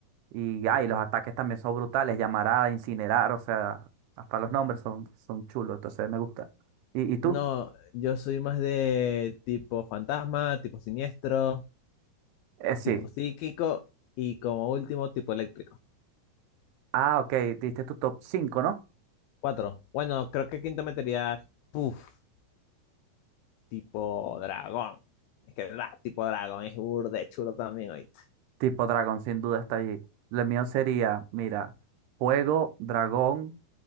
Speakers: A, on the right; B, on the left.
A: Y ay, los ataques también son brutales, llamarada, incinerar, o sea, hasta los nombres son, son chulos, entonces me gusta. ¿Y, y tú?
B: No, yo soy más de tipo fantasma, tipo siniestro,
A: Eh, sí.
B: tipo psíquico y como último tipo eléctrico.
A: Ah, ok, diste tu top cinco ¿no?
B: Cuatro. Bueno, creo que quinto metería, puf, tipo dragón. Es que dra- tipo dragón es burde chulo también oíste.
A: Tipo dragón, sin duda está ahí. Lo mío sería, mira, fuego, dragón.